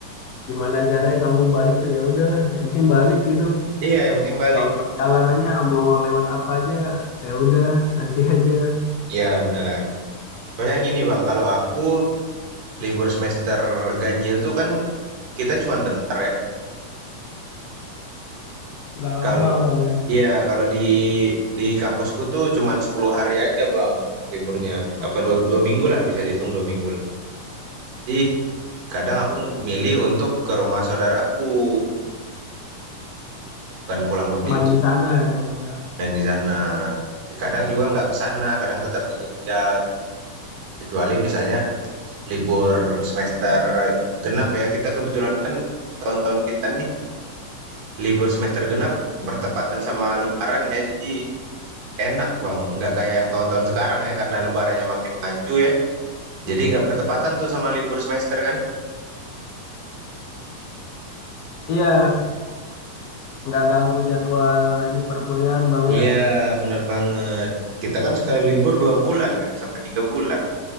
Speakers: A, on the left; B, on the right.
A: Gimana caranya kalau mau balik tuh ya udahlah, yang penting balik gitu.
B: Iya, yang penting Bali.
A: Soal perjalanannya mau lewat apa aja, ya udah nanti aja.
B: Iya, benar. Soalnya gini, Bang, kalau aku libur semester ganjil tuh kan kita cuman bentar ya.
A: Nggak lama
B: Kalau
A: bang ya.
B: iya, kalau di di kampusku tuh cuman 10 hari aja, Bang, liburnya.
A: Oh,
B: Apa dua, dua minggu lah, bisa dihitung dua minggu lah. Jadi kadang aku milih untuk ke rumah saudaraku, bukan pulang ke Belitung,
A: main di sana ya bang ya.
B: main di sana. Kadang juga nggak ke sana, kadang tetap di Jogja. Kecuali misalnya libur semester genap ya, kita kebetulan kan tahun-tahun kita nih Libur semester genap bertepatan sama lebaran ya, jadi enak, Bang, nggak kayak yang tahun-tahun sekarang ya karena lebarannya makin maju ya. Jadi nggak bertepatan tuh sama libur semester kan?
A: Iya, nggak ganggu jadwal ini perkuliahan bang ya.
B: Iya, bener banget. Kita kan sekali libur 2 bulan kan, sampai 3 bulan.